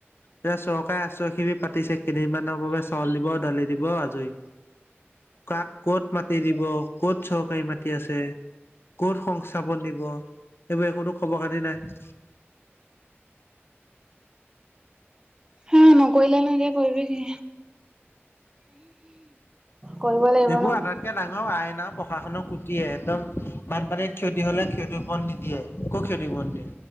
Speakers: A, on the left (about 60°); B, on the right (about 15°).
A: এতিয়া চৰকাৰে আশ্ৰয় শিবিৰ পাতিছে, কেইদিনমানৰ বাবে চাউল দিব, দালি দিব আজৰি। কাক ক'ত মাতি দিব, ক'ত চৰকাৰী মাতি আছে ক'ত সংস্থাপন দিব, সেইবোৰ একোটো খবৰ খাতি নাই।
B: উম্, নকৰিলেনো এতিয়া কৰিবি কি? কৰিব লাগিব
A: এইবোৰ
B: ন
A: আটাইতকে ডাঙৰ আইন আৰু প্ৰশাসনক কুটিয়ে একদম বানপানীত ক্ষতি হ'লে ক্ষতিপূৰণ নিদিয়ে, একো ক্ষতিপূৰণ নিদিয়ে।